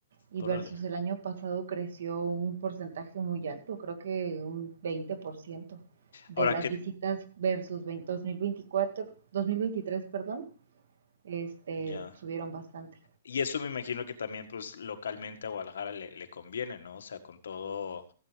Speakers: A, on the right; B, on the left.
A: y
B: Órale.
A: versus el año pasado creció un porcentaje muy alto, creo que un 20% de
B: Ahora
A: las
B: que,
A: visitas versus veinte dos mil veinticuatro dos mil veintitrés perdón, este,
B: ya.
A: subieron bastante.
B: Y eso me imagino que también, pues, localmente a Guadalajara le, le conviene, ¿no? O sea, con todo